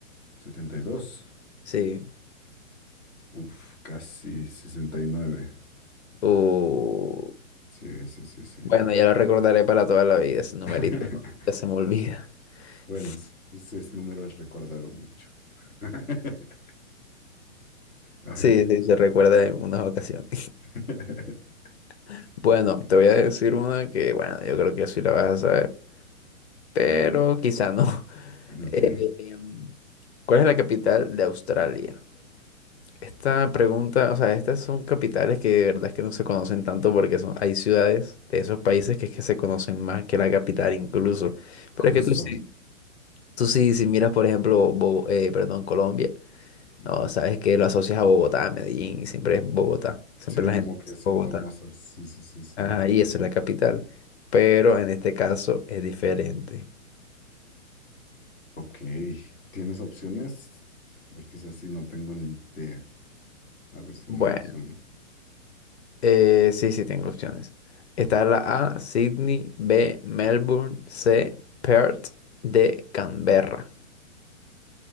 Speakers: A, in the centre; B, on the left.
A: setenta y dos
B: sí.
A: Uf, casi sesenta y nueve
B: O...
A: Sí, sí, sí, sí.
B: Bueno, ya lo recordaré para toda la vida, ese numerito
A: <laughs>
B: que se me olvida. <laughs>
A: Bueno, es- ese es número es recordado mucho. <laughs> A ver.
B: Sí, sí, se recuerda en unas ocasiones.
A: <laughs>
B: <laughs> Bueno, te voy a decir una que, bueno, yo creo que sí la vas a saber, pero quizá no. <laughs>
A: Ok,
B: Eh, em, ¿cuál es la capital de Australia? Esta pregunta, o sea, estas son capitales que de verdad es que no se conocen tanto porque son, hay ciudades de esos países que es que se conocen más que la capital incluso. Pero es
A: justo.
B: que tú sí, tú sí, si miras, por ejemplo, Bogo- eh, perdón, Colombia,
A: Ujú.
B: no, sabes que lo asocias a Bogotá, a Medellín, y siempre es Bogotá, siempre
A: Sí,
B: la
A: como
B: gente
A: que
B: dice
A: son
B: Bogotá.
A: famosas. Sí, sí, sí, sí.
B: Ajá, y eso es la capital. Pero en este caso es diferente.
A: Ok, ¿tienes opciones? Porque es así, no tengo ni idea. A ver si
B: Bueno.
A: no me suena.
B: Eh, sí, sí, tengo opciones. Está la A, Sydney, B, Melbourne, C, Perth, D, Canberra.